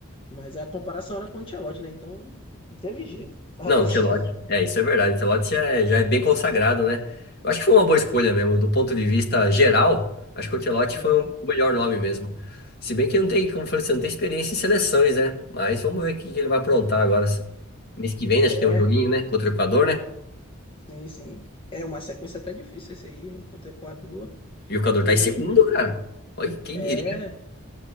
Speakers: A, on the left; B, on the left.
A: Mas a comparação era com o Ancelotti, né? Então não teve jeito. <laughs> Tava
B: Não,
A: torcendo.
B: Ancelotti. É, isso é verdade. Ancelotti já é, já é bem consagrado, né? Eu acho que foi uma boa escolha mesmo. Do ponto de vista geral, acho que o Ancelotti foi
A: Aham.
B: o melhor nome mesmo. Se bem que não tem, como eu falei, você não tem experiência em seleções, né? Mas vamos ver o que que ele vai aprontar agora. Mês que vem, né?
A: É.
B: Acho que tem um joguinho, né? Contra o Equador, né?
A: Sim, sim. É uma sequência até difícil esse aí, hein? contra o Equador
B: E o Equador
A: e
B: tá em
A: um
B: segundo,
A: outro jogo.
B: cara. Olha, quem
A: É.
B: diria?